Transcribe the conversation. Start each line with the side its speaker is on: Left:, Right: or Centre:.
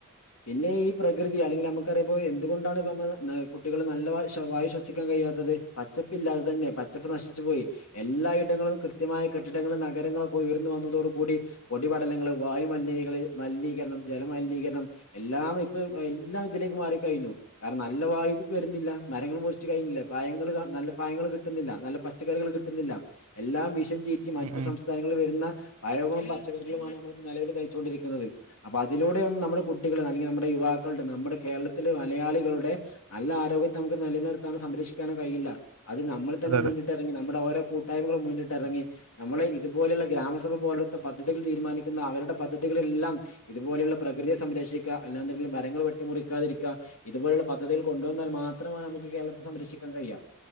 Left: പിന്നേ ഈ പ്രകൃതി അല്ലെങ്കില് നമ്മ കടേ പോയ് എന്ത്കൊണ്ടാണ് പ മ ന നാ കുട്ടികള് നല്ല വായ് ശ വായ് ശ്വസിക്കാൻ കഴിയാത്തത് പച്ചപ്പില്ലാ അത് തന്നെ പ ച്ചപ്പ് നശിച്ചു പോയി എല്ലാ ഇടങ്ങളും കൃത്യമായ കെട്ടിടങ്ങളും നഗരങ്ങളൊക്കെ ഉയർന്നു വന്നതോട് കൂടി പൊടി ടി പടലങ്ങള് വായു മൽനിനികള് മൽനീകരണം ജല മൽനീകരണം എല്ലാം ഇപ്പ് എല്ലാം ഇതിലേക്ക് മാറിക്കയ്നു കാര്ണം നല്ല വായു വെര്ന്നില്ല മരങ്ങള് മുർച്ച് കയ്ഞ്ഞിലേ പയങ്ങള് കാ നല്ല പയങ്ങള് കിട്ട് ന്നില്ല നല്ല പച്ചക്കറികള് കിട്ട്ന്നില്ല എല്ലാം വിശം ചീറ്റി മറ്റു
Right: ഉം ഉം
Left: സംസ്ഥാനങ്ങള്ൽ വെര്ന്ന പഴവും പ ച്ചക്കറികളുമാണ് നമ്മളാെക്കെ നെലവില് കയ്ച്ചോണ്ടിരിക്ക്ന്നത് അപ്പൊ അതിലൂടെ ഒന്നും നമ്മുടെ കുട്ടികള് അല്ലെങ്കി നമ്മടെ യുവാക്കൾടെ നമ്മടെ കേരളത്തില് മലയാളികളുടെ നല്ല ആരോഗ്യത്തെ നമുക്ക് നിലനിർത്താനോ സംരക്ഷിക്കാനോ കഴിയില്ലാ അത് നമ്മള് തന്നെ
Right: അതെ അതെ
Left: മുന്നിട്ടെറങ്ങി നമ്മടെ ഓരോ കൂട്ടായ്മകളും മുന്നി ട്ടെറങ്ങി ഞമ്മള് ഇത്പോലെള്ള ഗ്രാമസഭ പോലൊത്തെ പദ്ധതികൾ തീര്മാനിക്ക്ന്ന അവരുടെ പദ്ധതികളെല്ലാം ഇത്പോലെള്ള പ്രകൃതിയെ സംരക്ഷിക്ക അല്ലാന്ന്ങ്കില് മരങ്ങള് വെട്ടിമുറി ക്കാതിരിക്ക ഇത്പോല്ള്ള പദ്ധതികൾ കൊണ്ടുവന്നാൽ മാത്രമാണ് നമുക്ക് കേരളത്തെ സംരക്ഷിക്കാൻ കഴിയാ